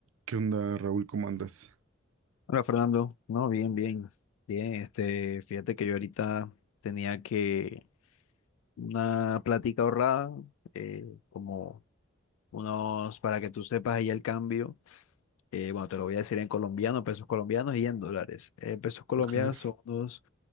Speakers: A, on the right; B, on the left.
A: ¿Qué onda, Raúl? ¿Cómo andas?
B: Hola Fernando, no, bien, bien, bien, este, fíjate que yo ahorita tenía que una plática ahorrada, eh, como unos, para que tú sepas ahí el cambio, eh, bueno, te lo voy a decir en colombiano, pesos colombianos y en dólares. Eh, pesos colombianos
A: Okay.
B: son unos